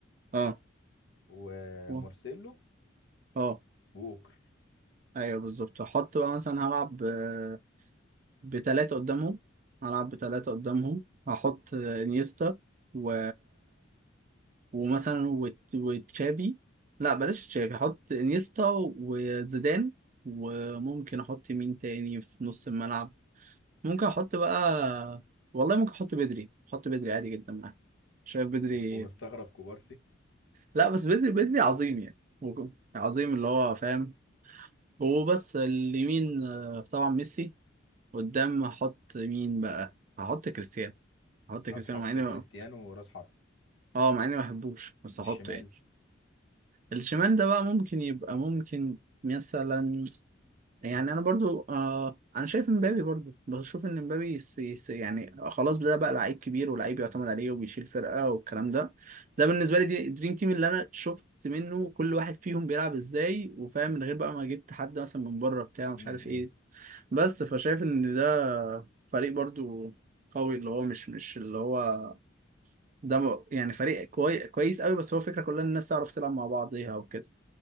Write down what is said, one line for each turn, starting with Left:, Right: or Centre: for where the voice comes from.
Right: اه
Left: ومارسيلو
Right: و- اه
Left: ووكر
Right: ايوه بالظبط هحط بقى مثلا هلعب آه، بتلاتة قدامهم هلعب بتلاتة قدامهم هحط انيستا و... ومثلا وت... وتشابي لا بلاش تشابي هحط انيستا وزيدان وممكن احط مين تاني في نص الملعب ممكن احط بقى والله ممكن احط بدري احط بدري عادي جدا معاه شايف بدري
Left: ومستغرب كوبارسي
Right: لا بس بدري بدري عظيم يعني ممكن- عظيم اللي هو فاهم هو بس اليمين آه، طبعا ميسي قدام هحط مين بقى هحط كريستيانو احط كريستيانو
Left: هتحط
Right: مع اني
Left: كريستيانو راس حرب
Right: اه مع اني ما بحبوش بس
Left: والشمال
Right: احطه يعني الشمال ده بقى ممكن يبقى ممكن مثلا يعني انا برضو آه انا شايف امبابي برضو بشوف ان امبابي يس- يس- يعني خلاص ده بقى لعيب كبير ولعيب يعتمد عليه وبيشيل فرقة والكلام ده ده بالنسبة لي دي دريم تيم اللي انا شفت منه كل واحد فيهم بيلعب ازاي وفاهم من غير بقى ما جبت حد مثلا من بره بتاع مش
Left: امم
Right: عارف ايه بس فشايف ان ده فريق برضو قوي اللي هو مش مش اللي هو ده م- يعني فريق كوي... كويس قوي بس هو فكرة كلها ان الناس تعرف تلعب مع بعضيها وكده